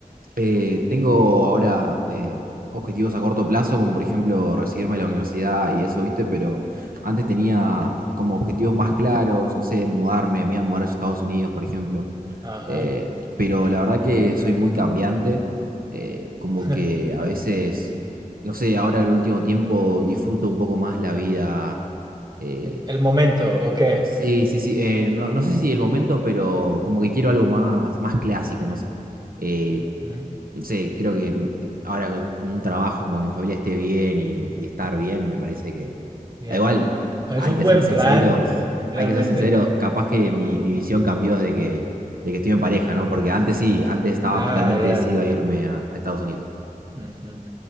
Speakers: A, on the right; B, on the right.
A: Eh, tengo ahora eh, objetivos a corto plazo, como por ejemplo recibirme de la universidad y eso, ¿viste? Pero antes tenía como objetivos más claros, no sé, mudarme, me iba a mudar a Estados Unidos, por ejemplo.
B: Ajá.
A: Eh, pero la verdad que soy muy cambiante, eh, como
B: <laughs>
A: que a veces, no sé, ahora el último tiempo disfruto un poco más la vida. eh,
B: El momento, ¿o qué?
A: Sí, sí, sí. eh, no, no sé si el momento, pero como que quiero algo más, más clásico, no sé. Eh,
B: Ujú,
A: no sé, creo que mm, eh, ahora con un trabajo con mi familia esté bien y, y estar bien, me parece que.
B: Ya.
A: da Igual,
B: Es
A: hay
B: un
A: que
B: buen
A: ser sinceros,
B: plan, realmente.
A: hay que ser sinceros, capaz que mi, mi visión cambió desde que, de que estoy en pareja, ¿no? Porque antes sí, antes estaba
B: Ah,
A: totalmente
B: ya.
A: decidido a irme a, a Estados Unidos.
B: Ujú.